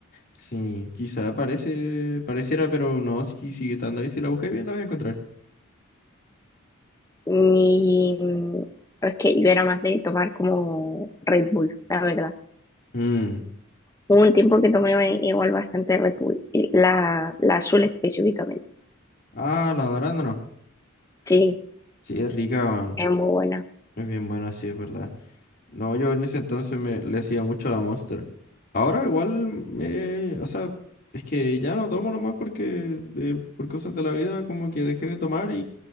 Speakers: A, on the left (about 45°); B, on the left (about 15°).
A: sí, quizá parece, pareciera, pero no, sí sigue estando ahí. Si la buscáis bien la vais a encontrar.
B: Y mm, es que yo era más de tomar como Red Bull, la verdad.
A: Mm.
B: Hubo un tiempo que tomé igual bastante Red Bull, y la, la azul específicamente.
A: Ah, la de arándano.
B: Sí,
A: Sí, es rica, weón.
B: es muy buena.
A: Es bien buena, sí, es verdad. No, yo en ese entonces me le hacía mucho a la Monster. Ahora igual me, o sea, es que ya no tomo nomás porque de- por cosas de la vida como que dejé de tomar y,